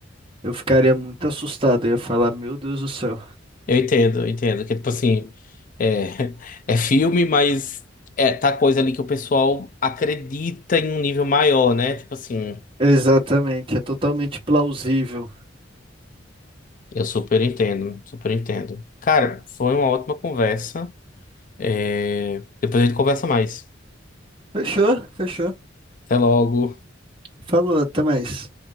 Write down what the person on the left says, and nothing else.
Eu entendo, eu entendo. Que tipo assim. É, <laughs> é filme, mas é, tá coisa ali que o pessoal acredita em um nível maior, né? Tipo assim.
Eu super entendo, super entendo. Cara, foi uma ótima conversa. É, depois a gente conversa mais.
Até logo.